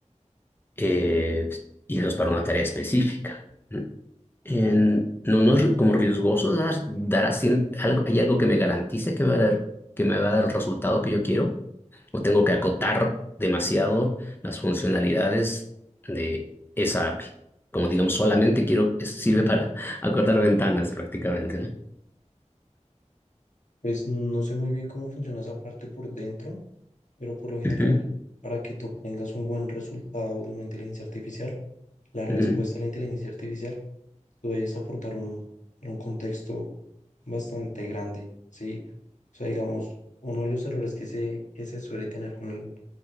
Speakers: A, on the left; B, on the left.
A: Eh, y eso es para una tarea específica. en- no, no es ri- como riesgoso dar, dar así algo, hay algo que me garantice que me va a dar, que me va a dar el resultado que yo quiero, o tengo que acotar demasiado las funcionalidades de esa API. Como digamos, solamente quiero, es- sirve para <laughs> acortar ventanas prácticamente, ¿no?
B: Pues no sé muy bien cómo funciona esa parte por dentro, pero por lo general,
A: Ujú,
B: para que tú obtengas un buen resultado de una inteligencia artificial, la respuesta
A: ujú,
B: a la inteligencia artificial, tú debes aportar un, un contexto bastante grande, ¿sí? O sea, digamos, uno de los errores que se, que se suele tener con el-